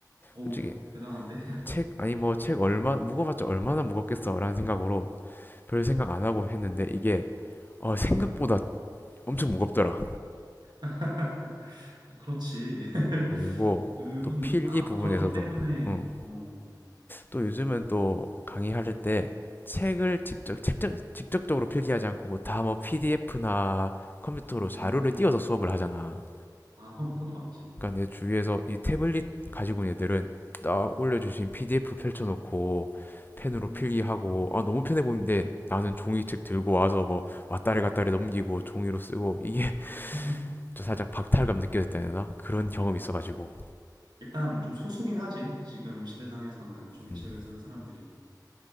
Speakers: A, on the right; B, on the left.
A: 어우,
B: 솔직히
A: 대단한데?
B: 책 아니 뭐 책 얼마 무거봤자 얼마나 무겁겠어라는 생각으로 별 생각 안 하고 했는데 이게 어, 생각보다 엄청 무겁더라.
A: <laughs> 아, 그렇지. <laughs>
B: 그리고
A: 그런,
B: 또 필기
A: 아,
B: 부분에서도
A: 그렇기 때문에,
B: 응.
A: 어,
B: 또 요즘은 또 강의할 때 책을 직접 책적, 직접적으로 필기하지 않고 다 뭐 PDF나 컴퓨터로
A: 음,
B: 자료를 띄워서 수업을 하잖아.
A: 아, 그건, 그것도 맞지.
B: 그러니까 내 주위에서 이 태블릿 가지고 있는 애들은 딱 올려주신 PDF 펼쳐놓고 펜으로
A: 음,
B: 필기하고 아 너무 편해 보이는데 나는 종이책 들고 와서 뭐 왔다리 갔다리 넘기고 종이로 쓰고 이게 <laughs>
A: <laughs>
B: 저 살짝 박탈감 느껴졌다 해야 되나 그런 경험이 있어가지고
A: 일단 좀 소수긴 하지. 지금 시대상에서는 종이책을
B: 음,
A: 쓰는 사람들이.